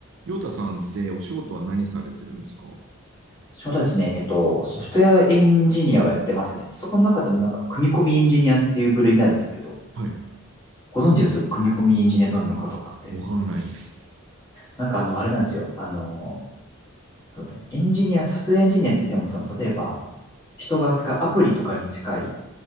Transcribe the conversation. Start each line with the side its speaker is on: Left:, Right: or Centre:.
Right: ヨタさんってお仕事は何されてるんですか
Left: 仕事はですね、えっと、ソフトウェアエンジニアをやってますね。そこの中でもなんか、組み込みエンジニアっていう部類になるんですけど、
Right: はい。
Left: ご存知です組み込みエンジニアどうなのかとかって。
Right: あわからないです。
Left: なんかあの、あれなんですよ。あの、そうですね。エンジニア、ソフトウェアエンジニアって言っても、その、例えば、
Right: は
Left: 人が扱うアプリとかに近い